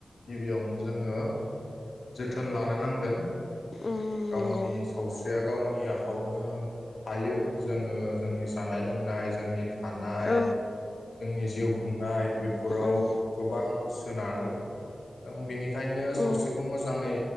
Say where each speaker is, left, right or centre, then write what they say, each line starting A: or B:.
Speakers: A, on the left (about 75°); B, on the left (about 45°).
A: गिबियावनो जोङो जोथोन लानो नांगोन।
B: उम
A: गावनि
B: नंगौ
A: सावस्रिया गावनि नि आखायावनो थायो। जोङो जोंनि जानाय लोंनाय जोंनि था थानाय
B: औ
A: जोंनि जा जिउ खुंनाय बे फोराव
B: उम
A: गोबां सोनारो। दं बिनि बेखायनो सावस्रिखौ
B: उम
A: मोजाङै